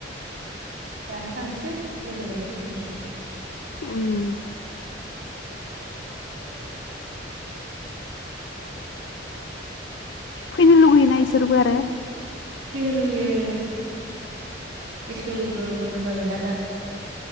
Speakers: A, on the right (about 75°); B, on the left (about 70°).
A: दानो थांसै लोगो लोगो फैफिननोसै।
B: उम
A: <inaudible>
B: फैनो लुगैयोना इसोरबो आरो।
A: फैनो लुुबैयो स्कुलबो बन्द' जाबायना दा।